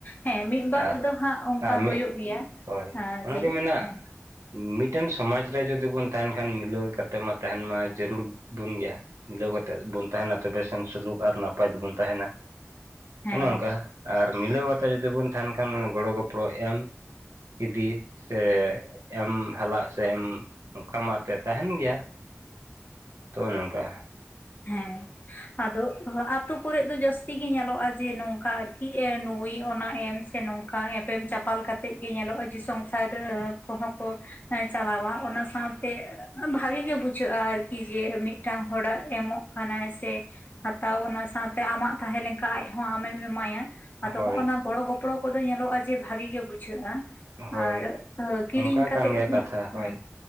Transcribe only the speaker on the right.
ᱟᱨ
ᱢᱤᱫ
ᱦᱳᱭ
ᱚᱱᱟᱜᱮ
ᱢᱮᱱᱟ
ᱢᱤᱫᱴᱮᱱ ᱥᱚᱢᱟᱡᱽ ᱨᱮ ᱡᱩᱫᱤ ᱵᱚᱱ ᱛᱟᱦᱮᱱ ᱠᱷᱟᱱ ᱢᱤᱞᱟᱹᱣ ᱠᱟᱛᱮᱫ ᱢᱟ ᱛᱟᱦᱮᱱ ᱢᱟ ᱡᱟᱹᱨᱩᱲ ᱵᱩᱱ ᱜᱮᱭᱟ᱾ ᱢᱤᱞᱟᱹᱣ ᱠᱟᱛᱮᱫ ᱵᱚᱱ ᱛᱟᱦᱮᱱᱟ ᱛᱚᱵᱮ ᱥᱮᱱ ᱥᱩᱞᱩᱠ ᱟᱨ ᱱᱟᱯᱟᱭ ᱫᱚ ᱵᱚᱱ ᱛᱟᱦᱮᱱᱟ᱾
ᱚᱱᱮ ᱚᱱᱠᱟ ᱟᱨ ᱢᱤᱞᱟᱹᱣ ᱠᱟᱛᱮ ᱡᱩᱫᱤ ᱵᱚᱱ ᱛᱟᱦᱮᱱ ᱠᱷᱟᱱ ᱜᱚᱲᱚ ᱜᱚᱯᱲᱚ ᱮᱢ ᱤᱫᱤ ᱥᱮ ᱮᱢ ᱦᱟᱞᱟᱜ ᱥᱮ ᱮᱢ ᱚᱱᱠᱟ ᱢᱟᱛᱮ ᱛᱟᱦᱮᱱ ᱜᱮᱭᱟ᱾ ᱛᱚ ᱚᱱᱮ ᱚᱱᱠᱟ ᱾
ᱦᱳᱭ
ᱦᱳᱭ
ᱚᱱᱠᱟ
ᱠᱟᱱ ᱜᱮᱭᱟ ᱠᱟᱛᱷᱟ ᱦᱳᱭ